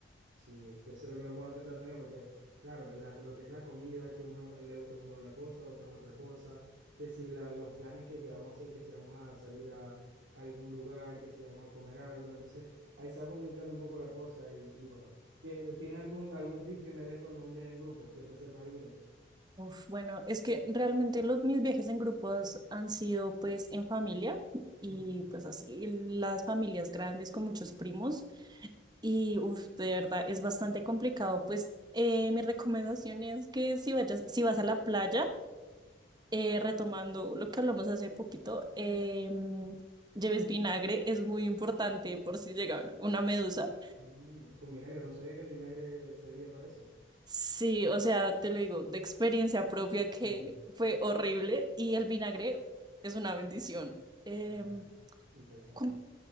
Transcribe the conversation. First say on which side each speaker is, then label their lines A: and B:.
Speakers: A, on the right (about 90°); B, on the right (about 20°).
A: Sí, es que eso es lo que me pongo a pensar también, porque claro, la- lo que es la comida, que uno le gusta comer una cosa, otros otra cosa, que si la- los planes que, que vamos a hacer, que si vamos a salir a, algún lugar, que si vamos a comer algo, entonces ahí se va complicando un poco la cosa y, y bueno, ¿que tienes algún, algún tip que me des cuando es un viaje en grupo, que te sepas alguno?
B: Uf, bueno, es que realmente los, mis viajes en grupos han sido pues en familia y
A: Ujú.
B: pues así las familias grandes con muchos primos y uf, de verdad es bastante complicado. Pues eh, mi recomendación es que si vayas, si vas a la playa, eh, retomando lo que hablamos hace poquito, eh, lleves vinagre, es muy importante por si llega a haber una medusa.
A: Mm, con vinagre, no sabía que el vinagre servía para eso.
B: Sí, o sea, te lo digo, de experiencia propia que
A: Ujú.
B: fue horrible y el vinagre es una bendición. Em,
A: Ah, interesante.
B: cu-